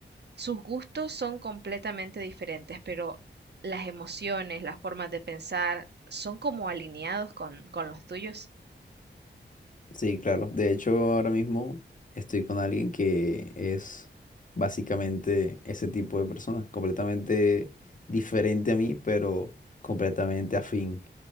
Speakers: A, on the right; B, on the left.
A: sus gustos son completamente diferentes, pero las emociones, las formas de pensar son como alineados con, con los tuyos?
B: Sí, claro. De hecho, ahora mismo estoy con alguien que es básicamente ese tipo de persona, completamente diferente a mí, pero completamente afín